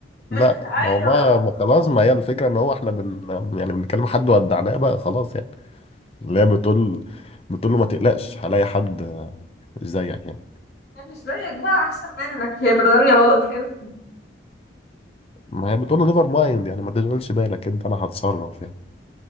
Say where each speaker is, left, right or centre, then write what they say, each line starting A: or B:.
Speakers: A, on the left; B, on the left.
A: <laughs>
B: لا ما هو
A: ايوه
B: بقى ما خلاص ما هي الفكرة ان هو احنا بن يعني بنتكلم حد ودعناه بقى خلاص يعني اللي هي بتقول بتقول له ما تقلقش هلاقي حد آه، زيك يعني
A: أنا مش زيك بقى احسن منك هي بتغني غلط كده
B: ما هي بتقول له نيفر مايند يعني ما تشغلش بالك انت انا هتصرف يعني